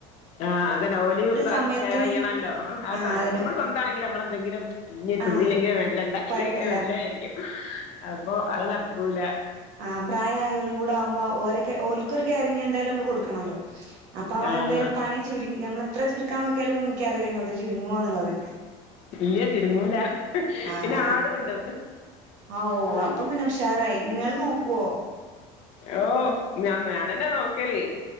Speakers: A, on the left; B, on the right.
A: ആഹ അതന് ഓലിയും
B: സമയത്തിന്
A: കറ്യണല്ലോ ആ
B: ആഹ്
A: നമ്മള്
B: അതിന്
A: സ്വന്തമാ ആണെങ്കില് മ്മ എന്തെങ്കിലും ഇ തിുന്നിയില്ലെങ്കിലും
B: ആഹ്
A: മെണ്ട ഉണ്ടാക്കെങ്കിലും
B: കൊഴപ്പല്ല
A: മെഡല ആയിരിക്കും അപ്പൊ അത് കൂല
B: ആ പ്രായമായലും കൂടെ ആവുമ്പോ ഓര ഓക്കൊരു കെയറിങ്ങ് എന്തായാലും നമ്മള് കൊടുക്കണല്ലോ അപ്പൊ
A: ആഹ്
B: എന്തായാലും പണി ചുരുി നമ്മള എത്ര ചുരുക്കാൻ നോക്കിയാലും മുിക്കാറയില്ല നിങ്ങത് ചുരുങ്ങുവ എന്നുള്ളത്
A: യ്യ തിരുങ്ങൂല
B: ആഹ്
A: പിന്നെ
B: ആഹ്
A: ആടുണ്ട്
B: ആഹ് ഓ
A: ആ
B: അപ്പൊ പിന്നെ ഉഷാറായി നിങ്ങൾ നോക്കുവോ
A: ഓ ഞാൻ ഞാനെന്നെ നോക്കലേ